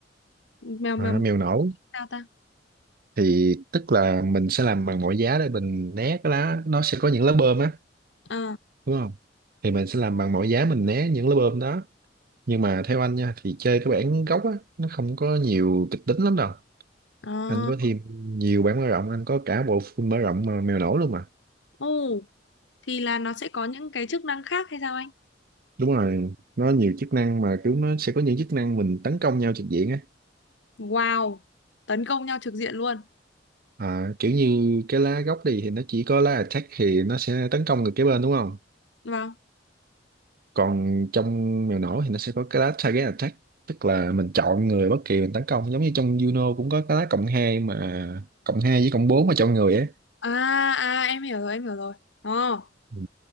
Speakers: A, on the left; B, on the right.
A: mèo
B: à,
A: mèo,
B: mèo
A: mèo
B: nổ
A: sao ta
B: thì tức là mình sẽ làm bằng mọi giá để mình né cái lá nó sẽ có những lá bơm á
A: ờ
B: đúng không thì mình sẽ làm bằng mọi giá mình né những lá bơm đó nhưng mà theo anh nha thì chơi cái bản gốc á nó không có nhiều kịch tính lắm đâu
A: ờ
B: anh có thêm nhiều bản mở rộng anh có cả bộ full mở rộng mà mèo nổi luôn mà
A: ồ thì là nó sẽ có những cái chức năng khác hay sao anh
B: đúng rồi nó nhiều chức năng mà kiểu nó sẽ có những chức năng mình tấn công nhau trực diện á
A: wow tấn công nhau trực diện luôn
B: à, kiểu như cái lá gốc đi thì nó chỉ có lá attack thì nó sẽ tấn công được cái bên đúng không
A: vâng
B: còn trong mèo nổi thì nó sẽ có cái lá target attack tức là mình chọn người bất kỳ mình tấn công giống như trong Juno cũng có cái lá cộng 2 mà cộng 2 với cộng 4 mà chọn người ấy
A: à à em hiểu rồi em hiểu rồi ờ
B: ừ.